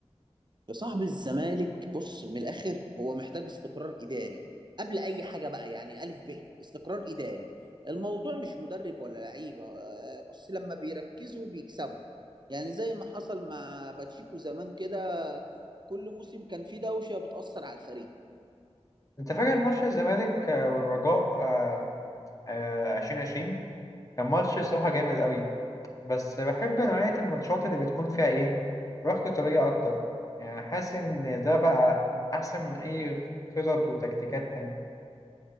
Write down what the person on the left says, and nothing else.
انت فاكر ماتش الزمالك آه، والرجاء آه، آه، 2020 كان ماتش صراحة جامد قوي بس بحب نوعية الماتشات اللي بتكون فيها ايه روح قتالية اكتر يعني حاسس ان ده بقى احسن من اي خطط وتكتيكات تانية